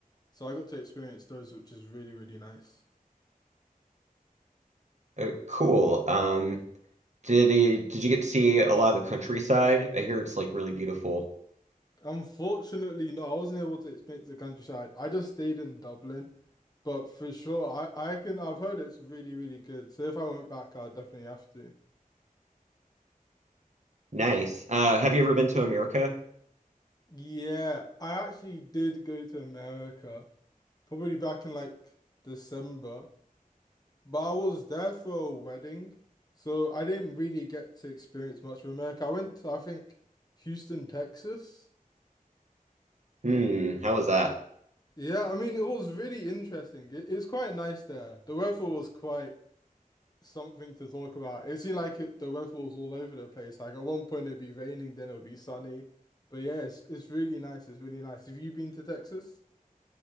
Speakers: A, on the left; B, on the right.
A: So I got to experience those, which is really, really nice.
B: Uh, cool. Um, did you, did you get to see a lot of the countryside? I hear it's like really beautiful.
A: Unfortunately, no, I wasn't able to experience the countryside. I just stayed in Dublin. But for sure, I, I can I've heard it's really, really good. So if I went back, I'd definitely have to.
B: Nice. Uh, have you ever been to America?
A: Yeah, I actually did go to America, probably back in like December. But I was there for a wedding, so I didn't really get to experience much of America. I went to, I think, Houston, Texas.
B: Hmm. How was that?
A: Yeah, I mean, it was really interesting. It, it was quite nice there. The weather was quite something to talk about. It seemed like it, the weather was all over the place. Like at one point it'd be raining, then it would be sunny. But yeah, it's, it's really nice. It's really nice. Have you been to Texas?